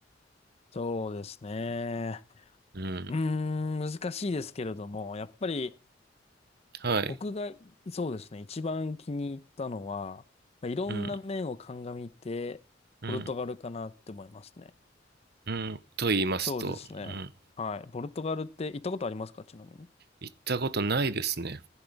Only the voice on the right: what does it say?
うん。
はい。
うん。うん。
うん。と言いますと、
うん。
行ったことないですね。